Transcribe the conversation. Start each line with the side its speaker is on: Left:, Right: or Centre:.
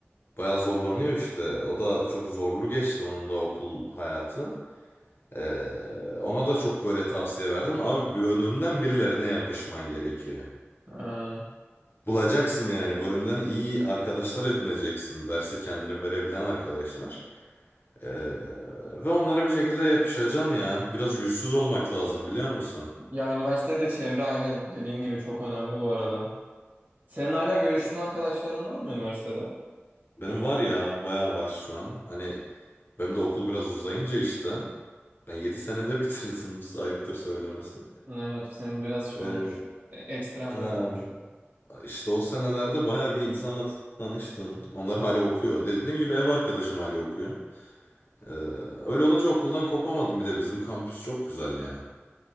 Left: bayağı zorlanıyor işte. O da çok zorlu geçti onun da okul hayatı. Ee, ona da çok böyle tavsiye verdim. Abi bölümden birilerine yapışman gerekiyor.
Right: Ee,
Left: Bulacaksın yani bölümden iyi arkadaşlar edineceksin. Derse kendini verebilen arkadaşlar. Ee, ve onlara bir şekilde yapışacaksın ya. Biraz yüzsüz olmak lazım biliyor musun?
Right: ya üniversitede çevre aynı dediğin gibi çok önemli bu arada. Senin hala görüştüğün arkadaşların var mı üniversitede?
Left: Benim var ya bayağı var şu an. Hani benim de okul biraz uzayınca işte. Ben 7 senede bitirdim. <laughs> Ayıptır söylemesi.
Right: Evet senin biraz şey
Left: Ee,
Right: olmuş. E, ekstrem
Left: aa,
Right: mod olmuş.
Left: işte o senelerde bayağı bir insanla tanıştım. Onlar hala okuyor. Dediğim gibi ev arkadaşım hala okuyor. Ee, öyle olunca okuldan kopamadım. Bir de bizim kampüs çok güzel ya.